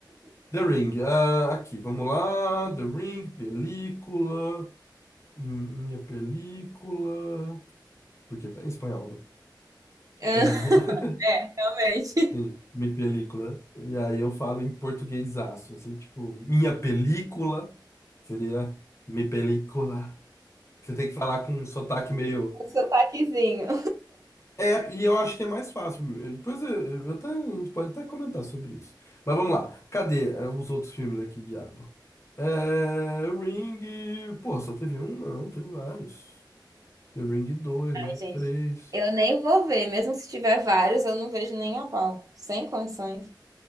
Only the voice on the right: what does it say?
<laughs>
É, realmente.
O sotaquezinho.
Gente,
eu nem vou ver, mesmo se tiver vários, eu não vejo nem a pau. Sem condições.